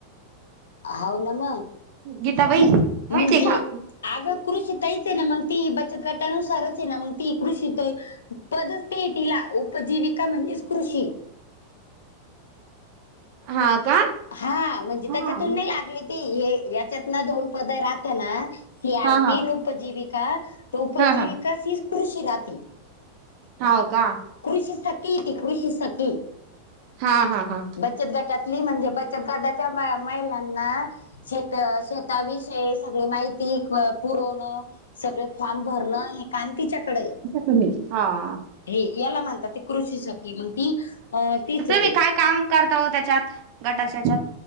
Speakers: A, on the left (about 65°); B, on the right (about 45°).
A: हाव ना मग
B: गीता भाईही
A: मग घे
B: क ह.
A: अगं कृषी तहीच आहे ना मग ती बचत गटानुसारच आहे ना मग ती कृषी प टीला उपजीविका म्हणजेच कृषी
B: हा का?
A: हा म्हणजे
B: हा
A: त्याच्यातून नाही लागली ती हे याच्यात ना दोन पद राहते ना सी आर
B: हा हा
A: पी न उपजीविका उपजीविका
B: हा
A: सी कृषी नाात
B: हव का...
A: ृषि सखी ते कृषी सखी
B: हा हा हा
A: बचत गट... त्यातली म्हणजे बन ददाच्या महिलांना.. शेत शेताविषयी सगळी माहिती. पुरवणं सगळे फॉर्म भरणं हे काम तिच्याकडे आहे.
B: म्ह मी घ
A: हे याला म्हणतात ते कृषी सखी मग ती अ तीच येते
B: मी काय <unintelligible> काम करत हो त्याच्यात गटाच्या त्याच्यात.